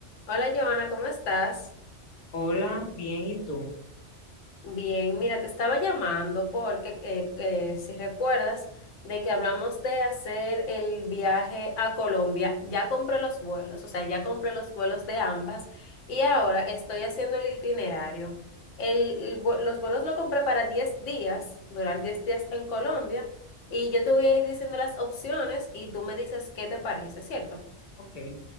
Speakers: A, on the left; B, on the left.
A: Hola Joana, ¿cómo estás?
B: Hola, bien, ¿y tú?
A: Bien, mira, te estaba llamando porque eh, eh, si recuerdas de que hablamos de hacer el viaje a Colombia, ya compré los vuelos, o sea, ya compré los vuelos de ambas y ahora estoy haciendo el itinerario. El- el vu- los vuelos lo compré para 10 días, durar 10 días en Colombia y yo te voy a ir diciendo las opciones y tú me dices qué te parece, ¿cierto?
B: Ok.